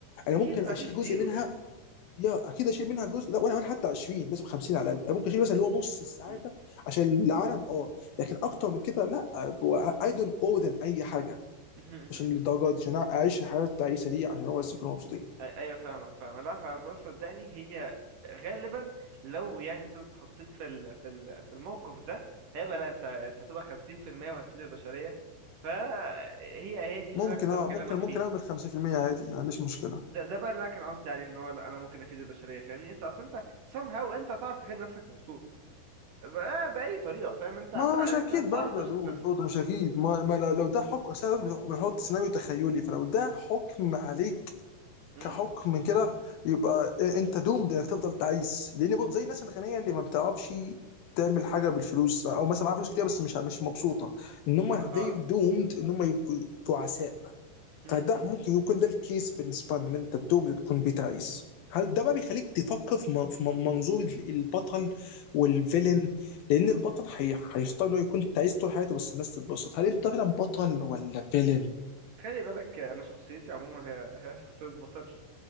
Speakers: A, on the left; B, on the right.
A: انا
B: اكيد
A: ممكن
B: ما
A: اشيل
B: فيش زيرو
A: جزء منها
B: يعني
A: يا اكيد اشيل منها جزء لا ولا ولا حتى 20 لازم 50 على الاقل ممكن اشيل مثلا اللي هو نص السعاده
B: مم.
A: عشان
B: مم.
A: العالم اه لكن اكتر من كده لا اي دونت او ذم اي حاجه
B: <laughs>
A: عشان الدرجات دي عشان اعيش الحياه التعيسه دي عشان هو بس يكونوا مبسوطين
B: أي- ايوه فاهمك فاهم لا فبس صدقني هي غالبا لو يعني انت اتحطيت في ال... في ال... في الموقف ده هيبقى لا انت انت هتبقى 50% وهتفيد البشريه فهي هي دي
A: ممكن
B: اللي انا كنت
A: اه
B: بكلمك
A: ممكن ممكن
B: فيها
A: اعمل 50% عادي ما عنديش مشكله
B: ده ده بقى اللي انا كان قصدي عليه ان هو لا انا ممكن افيد البشريه فاهمني انت اصلا انت somehow انت هتعرف تخلي نفسك مبسوط بأ- باي طريقه فاهم انت
A: ما
B: هت... انت
A: مش اكيد
B: هتعرف
A: برضه
B: تبسط
A: يا دود
B: نفسك
A: برضه مش اكيد ما, ما لو لو ده حكم أصل أنا بنحط سيناريو تخيلي فلو ده حكم عليك
B: امم
A: كحكم كده يبقى انت دومد انك تفضل تعيس لان برضه زي الناس الغنيه اللي ما بتعرفش تعمل حاجه بالفلوس او مثلا معاها فلوس كتير بس مش مش مبسوطه ان هم
B: اها
A: زي دومد ان هم يبقوا تعساء
B: امم
A: فده
B: امم،
A: ممكن يكون ده الكيس بالنسبه لنا ان انت دومد تكون بتعيس هل ده بقى
B: امم.
A: بيخليك تفكر في من- في من- منظور ال- البطل والفيلن لان البطل هي- هيختار انه يكون تعيس طول حياته بس الناس تتبسط هل انت فعلا بطل ولا فيلن
B: خلي بالك انا شخصيتي عموما هي هي شخصيه بطل